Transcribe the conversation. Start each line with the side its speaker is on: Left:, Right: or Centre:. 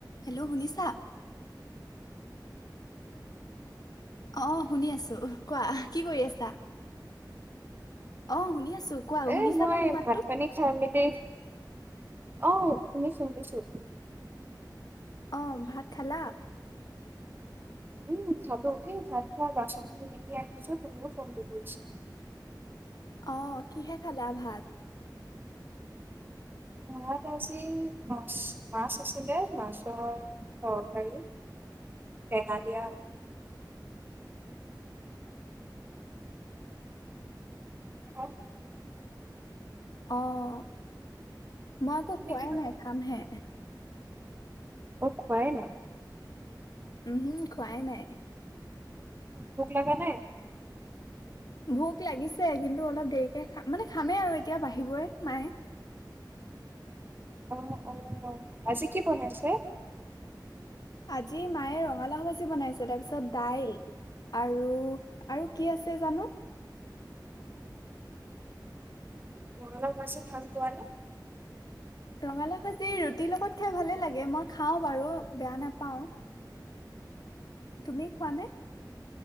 Left: হেল্ল' শুনিছা? অ শুনি আছো কোৱা কি কৰি আছা। অ শুনি আছো। কোৱা শুনিছানে
Right: এ মই
Left: মোৰ মাতটো?
Right: ভাত পানী খাই মেলি অ শুনিছো শুনিছো।
Left: অ ভাত খালা?
Right: উম খালো এ ভাত খোৱা বাচনঙিনি আ নিছ তুমিও ফোনটো কৰিছা।
Left: অ কিহে খালা ভাত?
Right: ভাত আজি মাছ মাছ আছিলে মাছৰ তৰকাৰী টেঙা দিয়া অ। <unintelligible>
Left: আহ মই একো
Right: তুমি
Left: খুৱাই
Right: কি খালা
Left: ন খাম হে।
Right: অ খোৱাই নাই।
Left: উমহু খোৱাই নাই।
Right: ভোক লগা নাই
Left: ভোক লাগিছে কিন্তু অলপ দেৰিকে খাম। মানে খামেই আৰু এতিয়া বাঢ়িবই মায়ে।
Right: অ অ আজি কি বনাইছে?
Left: আজি মায়ে ৰঙালাও ভাজি বনাইছে তাৰপিছত দাইল আৰু আৰু কি আছে জানো।
Right: ৰঙালাউ ভাঁজি ভাল পোৱানে?
Left: ৰঙালাও ভাজি ৰুটিৰ লগত খাই ভালে লাগে মই খাওঁ বাৰু বেয়া নাপাওঁ। তুমি খোবানে?